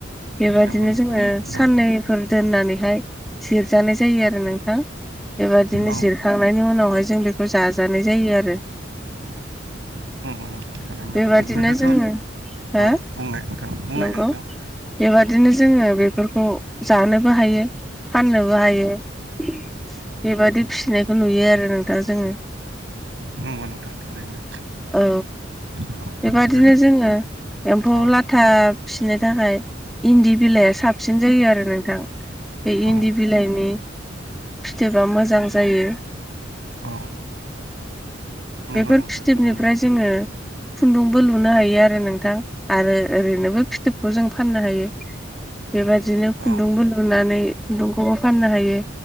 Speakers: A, in the centre; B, on the right.
A: बेबायदिनो
B: नंगौ नोंथां
A: जोङो
B: थारैनो
A: फोर दोननानैहाय सेरजानाय जायो आरो नोंथां बेबादिनो
B: औ नंगौ
A: जिरखांनायनि
B: नोंथां
A: उनावहाय जों बेखौ जाजानाय जायो आरो
B: नंगौ नोंथां थारैनो
A: बेबादिनो
B: गोदोथ'
A: जोङो हो
B: औ बुंनाय नोंथां बुंनाय
A: नंगौ
B: नोंथां
A: बेबादिनो जोङो बेफोरखौ जानोबो हायो फाननोबो हायो बेबादि फिसिनायखौ नुयो आरो नोंथाङा जोङो
B: नंगौ नोंथां थारैनो
A: औ
B: औ
A: बेबादिनो
B: गोदो
A: जोङो एम्फौ
B: औ
A: लाथा फिसिनो थाखाय इन्दि बिलाइया साबसिन जायो आरो नोंथां बे
B: औ
A: इन्दि बिलाइनि फिथोबा मोजां जायो।
B: औ नंगौ
A: बेफोर
B: नोंथां
A: फिथोबनिफ्राय
B: थारैनो
A: जोङो खुन्दुंबो लुनो हायो आरो नोंथां आरो ओरैनोबो फिथोबखौ जों फाननो हायो। बेबादिनो खुन्दुंबो
B: औ
A: लुनानै खुन्दुंखौबो फाननो हायो